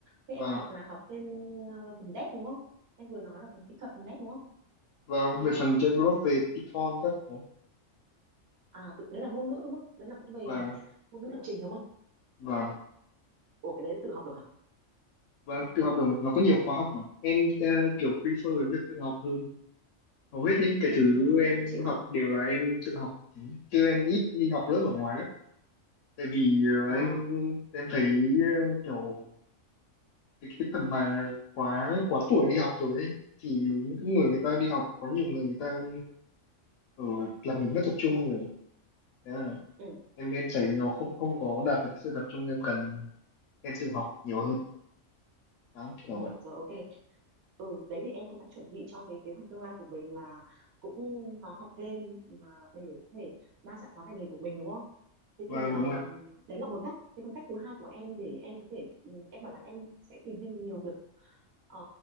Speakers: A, on the right (about 55°); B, on the left (about 75°).
A: thế em
B: và
A: học là học thêm ờ, phần dev đúng không em vừa nói là phần kỹ thuật phần dev đúng không
B: và
A: hay
B: về
A: là
B: phần develop về Python các thứ
A: à tự đấy là ngôn ngữ đúng không đấy là cũng về
B: và
A: ngôn ngữ lập trình đúng không
B: và
A: ủa cái đấy tự học được à
B: và tự học được mà. nó có nhiều khóa học mà em ờ, kiểu prefer với việc tự học hơn hầu hết những cái
A: ừ,
B: thứ
A: thế thì
B: em
A: em cũng chịu
B: học
A: học
B: đều là em tự học chứ em ít đi học lớp ở ngoài lắm tại vì ờ,
A: ờ
B: em em thấy ờ, kiểu cái cái tầm mà quá quá tuổi đi học rồi ấy thì những cái người người ta đi học có nhiều người người ta ở làm mình mất tập trung nhiều Thế là
A: ừ.
B: em em thấy nó không không có đạt được sự tập trung em cần em tự học nhiều hơn đó kiểu
A: Ừ,
B: vậy
A: rồi ok. Ừ, đấy thì em cũng đã chuẩn bị cho cái kế hoạch tương lai của mình là cũng có học thêm mà để có thể đa dạng hóa ngành nghề của mình đúng không? Thế
B: vâng
A: thì um,
B: đúng ạ
A: đấy là một cách. Thế còn cách thứ hai của em để em có thể ừ, em bảo là em sẽ tìm thêm nhiều việc ờ,